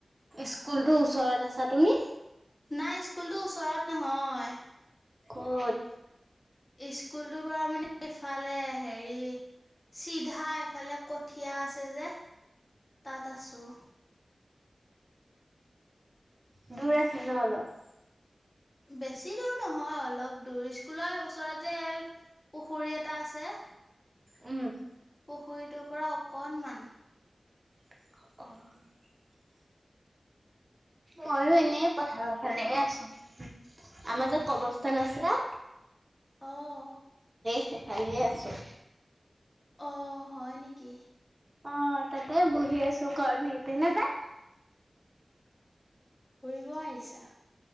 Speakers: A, on the right; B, on the left.
A: স্কুলটো ওচৰত আছা তুমি?
B: নাই স্কুলটো ওচৰত নহয়।
A: ক'ত?
B: স্কুলটো বাৰু মানে ইফালে হেৰি চিধা এইফালে কঠীয়া আছে যে, তাত আছোঁ।
A: দূৰ আছে ন অলপ?
B: বেছি দূৰ নহয়, অলপ দূৰ। স্কুলৰ ওচৰত যে পুখুৰী এটা আছে <inaudible>
A: উম।
B: পুখুৰীটোৰ পৰা অকণমান
A: অ' মইও এনে পথাৰৰ ফালেই আছোঁ। আমাৰ যে কবৰস্থান আছে
B: অ'
A: সেইফালেই আছোঁ।
B: অ', হয় নেকি?
A: অ', তাতে বহি আছোঁ, ঘৰত নেটে নাপায়।
B: ঘূৰিব আহিছা?